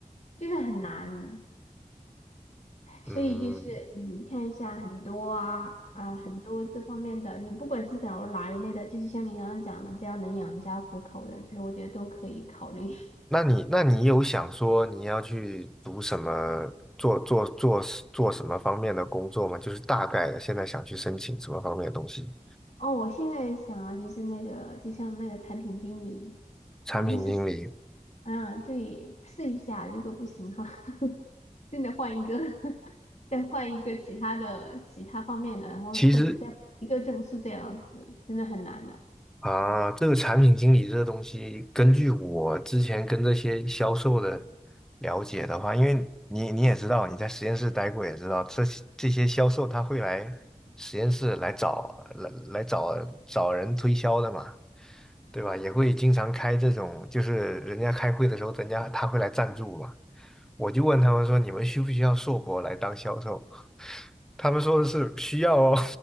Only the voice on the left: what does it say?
就是很难，
所以就是你看一下很多啊啊很多这方面的，你不管是找哪一类的，就是像你刚刚讲的，只要能养家糊口的，其实我觉得都可以考虑。<laughs>
哦，我现在想啊，就是那个就像那个产品经理，
我就是。嗯，对，试一下，如果不行的话，<laughs> 真的换一个，<laughs> 再换一个其他的其他方面的，然后或许再一个证书这样子，
真的很难的。